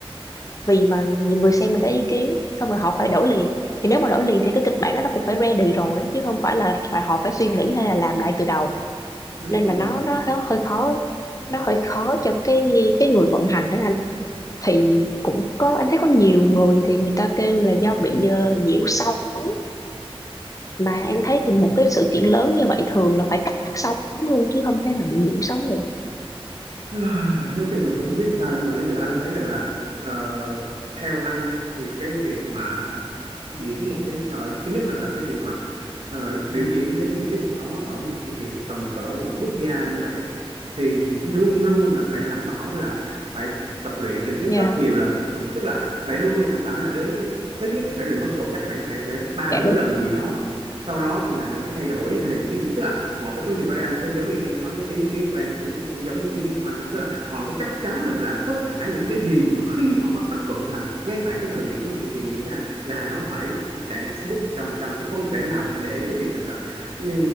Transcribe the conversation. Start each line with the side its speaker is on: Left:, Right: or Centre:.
Left: vì mà nhiều người xem người ta ý kiến xong rồi họ phải đổi liền thì nếu mà đổi liền thì cái kịch bản đó nó cũng phải ready rồi á, chứ không phải là phải họ phải suy nghĩ hay là làm lại từ đầu
Right: đúng
Left: nên
Right: rồi
Left: là nó nó nó hơi khó nó hơi khó cho cái cái người vận hành đó thì cũng có em thấy có nhiều người thì người ta kêu là do bị ờ, nhiễu sóng mà em thấy thì một cái sự kiện lớn như vậy thường là phải cắt sóng luôn chứ không thể nào bị nhiễu sóng được
Right: À, nói chung là cũng không biết làm sao nhưng mà nếu cho anh thấy rằng là ờ, theo anh á, thì cái việc mà diễn một cái ờ, thứ nhất là, là cái việc mà ờ, biểu diễn cái tiết mục đó ở một cái sự kiện tầm cỡ quốc gia như vậy á, thì luôn luôn là phải đảm bảo là phải tập luyện từ trước
Left: Dạ,
Right: rất nhiều lần tức là phải luôn luôn đảm bảo là đến cái ít nhất là phải rehearsal chắc phải phải phải ba
Left: dạ
Right: bốn
Left: đúng
Right: lần gì đó sau đó thì là những cái thay đổi hay là những cái gì tức là họ phải có nhiều variant giống giống y như em nói ý kiến của em cũng giống ý kiến của anh đó. tức là họ phải chắc chắn rằng là tất cả những cái gì mà khi họ bắt đầu vận hành ngay tại cái thời điểm mà sự kiện diễn ra là nó phải chạy smooth một trăm phần trăm chứ không thể nào mà để cái việc rằng là ừ,